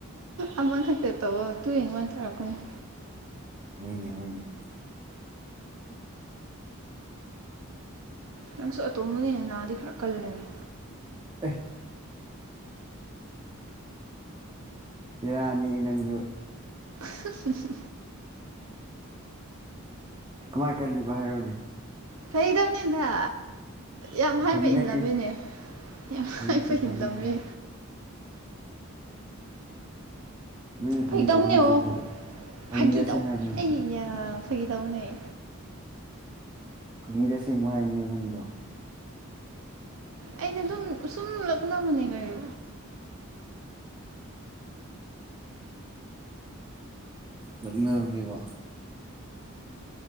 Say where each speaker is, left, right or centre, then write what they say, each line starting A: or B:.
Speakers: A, on the right; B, on the right.
A: ꯑꯃꯈꯛꯇ ꯇꯧꯧꯕ ꯇꯨ ꯍꯡ ꯋꯥꯟ ꯇꯧꯔꯛꯀꯅꯤꯨ
B: ꯍꯣꯏꯅꯦ ꯍꯣꯏꯅꯦ
A: ꯅꯪꯁꯨ ꯑꯇꯣꯝꯕꯅꯦꯅꯦ ꯅꯥꯗꯤ ꯈꯔ ꯀꯜꯂꯅꯦ
B: ꯑ ꯕꯤꯔꯅꯤ ꯅꯪꯁꯨ
A: ꯁꯤ ꯁꯤꯁꯤ
B: ꯀꯃꯥꯏ ꯀꯜꯂꯤꯕ ꯍꯥꯏꯔꯣꯅꯦ
A: ꯐꯩꯗꯕꯅꯤꯗ ꯌꯥꯝ ꯍꯥꯏꯕ
B: ꯐꯥꯒꯤ ꯅꯠꯇꯦ
A: ꯏꯜꯂꯝꯃꯤꯅꯦ ꯌꯥꯝ
B: ꯐꯥꯒꯤ
A: ꯍꯥꯏꯕ
B: ꯅꯠꯇꯦ ꯐꯥꯒꯤ
A: ꯏꯜꯂꯝꯃꯤ
B: ꯅꯠꯇꯦ ꯅꯪ ꯐꯥꯒꯤ
A: ꯐꯩꯗꯧꯅꯦ
B: ꯇꯧꯕ ꯅꯠꯇꯦ
A: ꯑꯣ
B: ꯐꯥꯒꯤ ꯐꯥꯒꯤꯗ
A: ꯐꯥꯒꯤ
B: ꯑꯁꯦꯡ
A: ꯇꯧꯅꯤ
B: ꯍꯥꯏꯕꯅꯤ
A: ꯑꯩ ꯁꯒꯗꯧꯅꯦꯩ
B: ꯐꯪꯒꯤꯔꯁꯦꯡꯕ ꯍꯥꯏꯕꯅꯦꯕ ꯅꯪꯒꯤꯗꯣ
A: ꯑꯩꯅ ꯑꯗꯨꯝ ꯁꯨꯝ ꯂꯅ ꯍꯅꯦꯒꯔ
B: ꯂꯃꯦ ꯑꯣꯏ ꯋꯥ